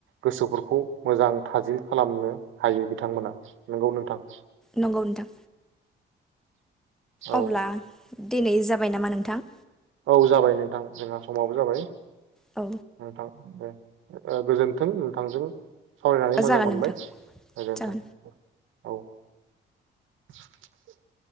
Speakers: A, on the right; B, in the centre.
A: गोसोफोरखौ मोजां थाजिम खालामनो हायो बिथांमोन मोना नोंगौ नोंथां <inaudible>
B: नंगौ नोंथां
A: औ
B: अब्ला दिनै जाबाय नामा नोंथां
A: औ जाबाय नोंथां जोंहा समावबो जाबाय
B: औ
A: नोंथां दे ओ गोजोन्थों नोंथांजों सावरायनानै मोजां
B: जागोन
A: मोनबाय
B: नोंथां
A: गोजोन्थों
B: जागोन
A: औ <inaudible>